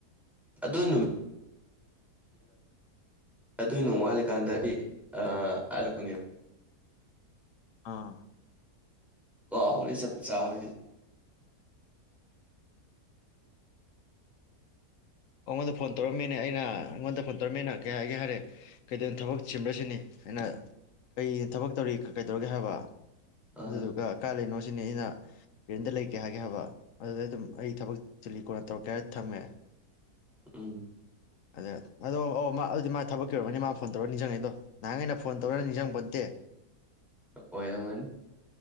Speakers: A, in the centre; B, on the left (about 60°).
A: ꯑꯗꯨꯏ ꯅꯨꯃꯤꯠ ꯑꯗꯨꯏ ꯅꯣꯡꯃ ꯋꯥꯠꯂꯤꯀꯥꯟꯗꯒꯤ ꯍꯜꯂꯛꯄꯅꯦꯕ
B: ꯑꯥ
A: ꯀꯥꯎꯔꯦ ꯆꯞ ꯆꯥꯕꯗꯤ
B: ꯑꯩꯉꯣꯟꯗ ꯐꯣꯟ ꯇꯧꯔꯝꯃꯤꯅꯦ ꯑꯩꯅ ꯑꯩꯉꯣꯟꯗ ꯐꯣꯟ ꯇꯧꯔꯝꯃꯤꯅ ꯀꯩ ꯍꯥꯏꯒꯦ ꯍꯥꯏꯔꯦ ꯀꯩꯗꯧꯔꯤꯅꯣ ꯊꯕꯛ ꯆꯤꯟꯕꯔꯁꯤꯅꯤ ꯑꯩꯅ ꯑꯩ ꯊꯕꯛ ꯇꯧꯔꯤ ꯀꯩꯗꯧꯔꯒꯦ ꯍꯥꯏꯕ
A: ꯑꯥ
B: ꯑꯗꯨꯗꯨꯒ ꯀꯥꯏ ꯂꯩꯔꯤꯅꯣ ꯑꯗ ꯑꯩꯅ ꯔꯦꯟꯗ ꯂꯩ ꯀꯩ ꯍꯥꯏꯒꯦ ꯍꯥꯏꯕ ꯑꯗꯨꯗ ꯑꯗꯨꯝ ꯑꯩ ꯊꯕꯛ ꯆꯤꯜꯂꯤ ꯀꯣꯟꯅ ꯇꯧꯔꯛꯀꯦ ꯍꯥꯏꯔꯒ ꯊꯝꯃꯦ
A: ꯎꯝ
B: ꯑꯗ ꯑꯗꯣ ꯑꯣ ꯃꯥ ꯊꯕꯛꯀꯤ ꯑꯣꯏꯔꯝꯃꯅꯤ ꯃꯥꯅ ꯐꯣꯟ ꯇꯧꯔꯛꯑꯒ ꯅꯤꯡꯁꯤꯡꯉꯛꯏꯗꯣ ꯅꯍꯥꯟ ꯒꯩꯅ ꯐꯣꯟ ꯇꯧꯔꯛꯑꯒ ꯅꯤꯡꯁꯤꯡꯄꯣꯠꯇꯦ
A: ꯑꯣꯏꯔꯉꯝꯃꯅꯤ